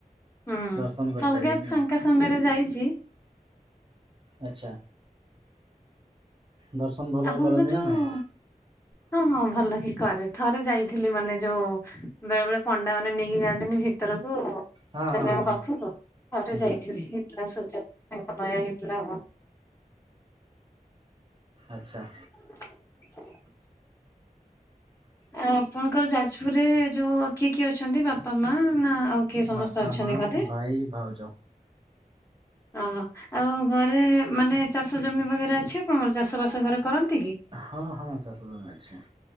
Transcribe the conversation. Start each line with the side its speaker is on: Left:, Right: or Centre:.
Left: ହୁଁ
Right: ଦର୍ଶନ କରିପାରିବେନି
Left: ଅଲଗା ଫାଙ୍କା
Right: ଆଉ।
Left: ସମୟରେ ଯାଇଚି।
Right: ଆଚ୍ଛା। ଦର୍ଶନ ଭଲରେ
Left: ଆପଣଙ୍କ
Right: କରନ୍ତି
Left: ଯୋଉ
Right: ନା ନାଇଁ?
Left: ହଁ ହଁ ଭଲ କି କରେ। ଥରେ ଯାଇଥିଲି ମାନେ ଯୋଉ ବେଳେ ବେଳେ ପଣ୍ଡା ମାନେ ନେଇକି ଯାଆନ୍ତିନି ଭିତରକ କୁ
Right: ହଁ
Left: ଜଗାଙ୍କ
Right: ହଁ ହଁ
Left: ପାଖକୁ ଥରେ
Right: ହୁଁ
Left: ଯାଇଥିଲି। ଏ ସୁଚା ତାଙ୍କ ଦୟା ହେଇଥିଲା ଆଉ।
Right: ଆଚ୍ଛା।
Left: ହଁ ଆ, ଆପଣଙ୍କର ଯାଜପୁରରେ ଯୋଉ କିଏ କିଏ ଅଛନ୍ତି ବାପା ମା ନା ଆଉ କିଏ ସମସ୍ତେ
Right: ବାପା
Left: ଅଛନ୍ତି
Right: ମା
Left: ଘରେ?
Right: ଭାଇ ଭାଉଜ।
Left: ଅହୋ ଆଉ ଘରେ ମାନେ ଚାଷ ଜମି ବଗେରା ଅଛି ଆପଣଙ୍କର ଚାଷବାସ ଘରେ କରନ୍ତି କି?
Right: ହଁ ହଁ ଚାଷ ଜମି ଅଛି।